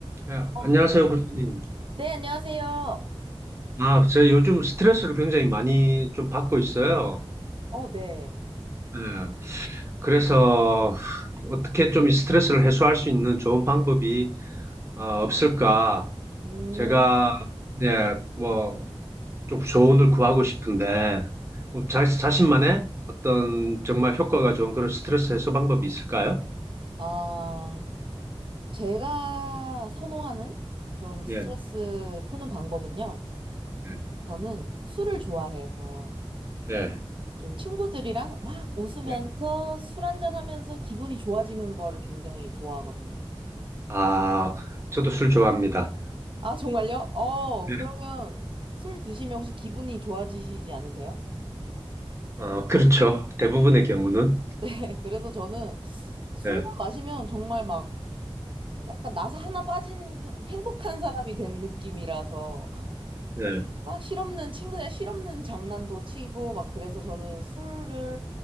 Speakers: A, on the right; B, on the right.
A: 네,
B: 어,
A: 안녕하세요, 교수님.
B: 네, 안녕하세요.
A: 아, 제가 요즘 스트레스를 굉장히 많이 좀 받고 있어요.
B: 어, 네.
A: 네, 그래서 어떻게 좀 이 스트레스를 해소할 수 있는 좋은 방법이 어, 없을까?
B: 음,
A: 제가 예, 뭐 좀 조언을 구하고 싶은데 뭐 자, 자신만의 어떤 정말 효과가 좋은 그런 스트레스 해소 방법이 있을까요?
B: 아, 제가 선호하는 좀 스트레스
A: 예,
B: 푸는 방법은요.
A: 예,
B: 저는 술을 좋아해서
A: 예.
B: 좀 친구들이랑 막 웃으면서
A: 예.
B: 술 한잔 하면서 기분이 좋아지는 거를 굉장히 좋아하거든요.
A: 아, 저도 술 좋아합니다.
B: 아, 정말요? 어,
A: 예.
B: 그러면 술 드시면 혹시 기분이 좋아지시지 않으세요?
A: 어, 그렇죠. 대부분의 경우는.
B: <laughs> 그래서 저는 술만
A: 예.
B: 마시면 정말 막 약간 나사 하나 빠진 듯 행복한 사람이 된 느낌이라서
A: 네.
B: 막 실없는 친구들 실없는 장난도 치고 막 그래서 저는 술을